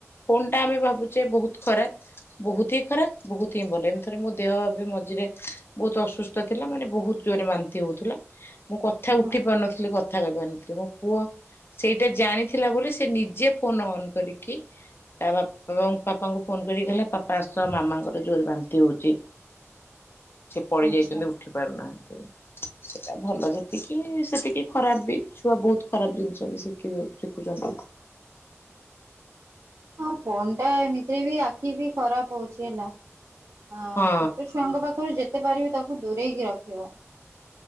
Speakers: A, on the left (about 50°); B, on the right (about 60°).
A: ଫୋନଟା ଆମେ ଭାବୁଚେ ବହୁତ ଖରାପ ବହୁତ ହିଁ ଖରାପ ବହୁତ ହିଁ ଭଲ ଏମିତିରେ ମୋ ଦେହ ବି ମଝିରେ ବହୁତ ଅସୁସ୍ଥ ଥିଲା ମାନେ ବହୁତ୍ ଜୋରରେ ବାନ୍ତି ହଉଥୁଲା ମୁଁ କଥା
B: ହଁ
A: ଉ ନଥିଲି କଥା କଇ ପାରୁନଥିଲି ମୋ ପୁଅ ସେଇଟା ଜାଣିଥିଲା ବୋଲି ସେ ନିଜେ ଫୋନ ଅନ୍ କରିକି ତା ବାପା ପାପାଙ୍କୁ ଫୋନ କରିକି କହିଲା ପାପା ଆସ ମାମାଙ୍କର ଜୋରେ ବାନ୍ତି ହଉଚି। ସେ ପଡି
B: ଆଚ୍ଛା
A: ଯାଇଚନ୍ତି ଉଠି ପାରୁନାହାନ୍ତି ସେଟା ଭଲ ଯେତିକି କି ସେତିକି ଖରାପ ବି ଛୁଆ ବହୁତ ଖରାପ ଜିନିଷ ବି ଶିକିବେ ଶିକୁଚନ୍ତି।
B: ହଁ ଫୋନ୍ ଟା ଏମିତିରେ ବି ଆ ଖି ବି ଖରାପ ହଉଚି ହେଲା ଅଁ
A: ହଁ
B: ଛୋଟ ଛୁଆଙ୍କ ପାଖରୁ ଯେତେ ପାରିବେ ତାକୁ ଦୂରେଇକି ରଖିବ।